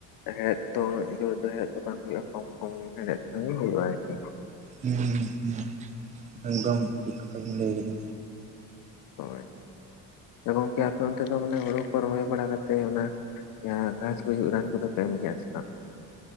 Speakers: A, on the left (about 55°); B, on the right (about 20°).
A: ᱦᱮᱲᱮᱫ ᱛᱚ ᱩᱱᱟᱹᱜ ᱡᱳᱨ ᱫᱚ ᱦᱮᱲᱮᱫ ᱫᱚ ᱵᱟᱝ ᱦᱳᱭᱳᱜᱼᱟ ᱠᱚᱢ ᱠᱚᱢ ᱦᱮᱲᱦᱮᱫ ᱠᱟᱹᱢᱤ ᱦᱳᱭᱳᱜᱼᱟ ᱟᱨᱠᱤ᱾
B: ᱦᱩ ᱦᱩ ᱮᱠᱫᱚᱢ ᱴᱷᱤᱠ ᱠᱟᱛᱷᱟ ᱵᱤᱱ ᱞᱟᱹᱭ ᱠᱟᱫᱟ᱾
A: ᱦᱳᱭ ᱛᱚ ᱜᱚᱢᱠᱮ ᱟᱯᱮ ᱚᱱᱛᱮ ᱫᱚ ᱢᱟᱱᱮ ᱦᱳᱲᱳ ᱠᱚ ᱨᱚᱦᱚᱭ ᱵᱟᱲᱟ ᱠᱟᱛᱮ ᱚᱱᱟ ᱡᱟᱦᱟ ᱜᱷᱟᱥ ᱜᱩᱡᱩᱜ ᱨᱟᱱ ᱠᱚᱫᱚ ᱠᱚ ᱮᱢ ᱜᱮᱭᱟ ᱥᱮ ᱵᱟᱝ?